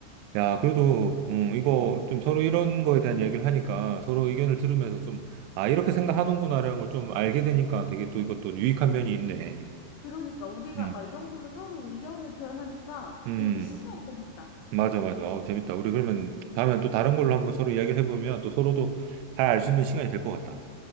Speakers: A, on the right; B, on the left.
A: 야,
B: 맞아.
A: 그래도, 음, 이거 좀 서로 이런 거에 대한 얘기를 하니까, 서로 의견을 들으면서 좀, 아, 이렇게 생각하는구나라는 걸 좀 알게 되니까 되게 또 이것도 유익한 면이 있네.
B: 그러니까 우리가
A: 음.
B: 막 이런 걸로 서로 의견을 교환하니까
A: 음.
B: 되게 신기하고 재밌다.
A: 맞아, 맞아. 아우, 재밌다. 우리 그러면 다음에 또 다른 걸로 한번 서로 이야기를 해보면 또 서로도 잘 알 수 있는 시간이 될 것 같다.